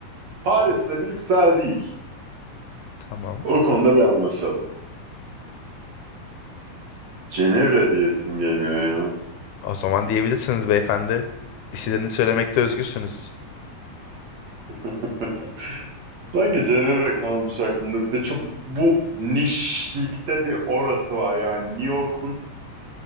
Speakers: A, on the right; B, on the left.
A: Paris'le Brüksel değil.
B: Tamam.
A: O konuda bir anlaşalım. Cenevre diyesim geliyor ya.
B: O zaman diyebilirsiniz beyefendi. İsimlerini söylemekte özgürsünüz.
A: <laughs> Sanki Cenevre kalmış aklımda. Bir de çok bu nişlikte bir orası var yani. New York'un